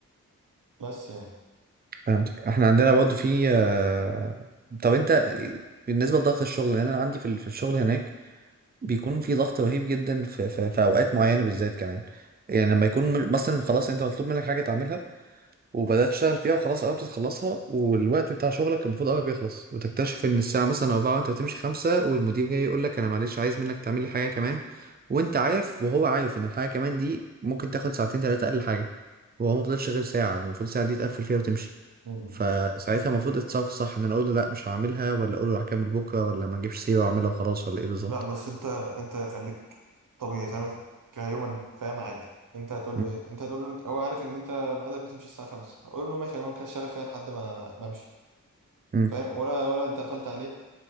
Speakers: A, on the right (about 85°); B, on the right (about 30°).
A: بس يعني
B: فهمتك إحنا عندنا برضه في آه، طب أنت بالنسبة لضغط الشغل لأن أنا عندي في ال- في الشغل هناك بيكون في ضغط رهيب جدا في, في, في أوقات معينة بالذات كمان يعني
A: مم.
B: لما يكون مثلا خلاص أنت مطلوب منك حاجة تعملها وبدات تشتغل فيها وخلاص اه بتخلصها والوقت بتاع شغلك كان المفروض قوي بيخلص وتكتشف ان الساعه مثلا أربعة انت بتمشي خمسة والمدير جاي يقول لك انا معلش عايز منك تعمل لي حاجه كمان وانت عارف وهو عارف ان الحاجه كمان دي ممكن تاخد ساعتين ثلاثه اقل حاجه وهو ما فضلش غير ساعه والمفروض الساعه دي تقفل فيها وتمشي
A: مم.
B: فساعتها المفروض اتصرف صح ان انا اقول له لا مش هعملها ولا اقول له هكمل بكره ولا ما اجيبش سيره واعملها وخلاص ولا ايه بالظبط
A: لا بس انت انت خليك طبيعي تعمل كهيومن فاهم عادي انت هتقول
B: م-
A: له ايه انت هتقول له انت هو عارف ان انت ميعادك بتمشي الساعه 5 هقول له ماشي انا ممكن اشتغل فيها لحد ما ما امشي
B: م-
A: فاهم ولا ولا انت قفلت عليه